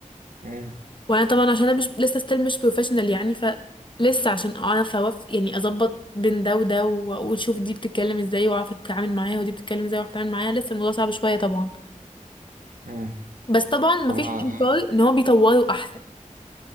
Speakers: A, on the right (about 85°); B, on the left (about 35°).
A: امم
B: وانا طبعا عشان انا مش لسه ستيل مش بروفيشنال يعني ف لسه عشان اعرف اوف يعني اظبط بين ده وده واقول شوف دي بتتكلم ازاي واعرف اتعامل معاها ودي بتتكلم ازاي واعرف اتعامل معاها لسه الموضوع صعب شويه طبعا
A: امم
B: بس طبعا مفيش
A: أنا آه،
B: انكار ان هو بيطوروا احسن